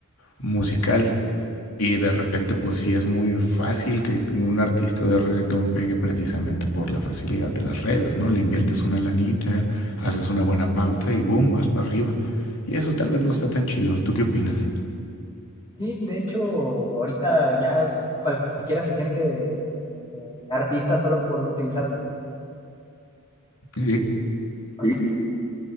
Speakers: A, on the left (about 75°); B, on the left (about 25°).
A: musical. Y de repente, pues sí es muy fácil que un artista de reggaetón pegue precisamente por la facilidad de las redes, ¿no? Le inviertes una lanita, haces una buena pauta y boom, vas para arriba. Y eso tal vez no está tan chido. ¿Tú qué opinas?
B: Sí, de hecho, ahorita ya cualquiera se siente eh, artista solo por utilizar.
A: Sí.
B: Sí,